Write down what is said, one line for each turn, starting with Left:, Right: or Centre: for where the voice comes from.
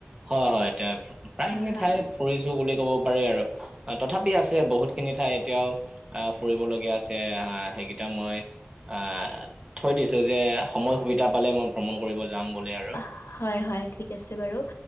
Right: হয়, হয় তে প্ৰায়খিনি
Left: হয়
Right: ঠাই ফুৰিছো বুলি ক'ব পাৰি আৰু। তথাপি আছে বহুত খিনি ঠাই এতিয়াও আ ফুৰিবলগীয়া আছে। আ সেইকেইটা মই আ থৈ দিছো যে সময় সুবিধা পালে মই ভ্ৰমণ কৰিব যাম বুলি আৰু।
Left: অহ হয়-হয় ঠিক আছে বাৰু।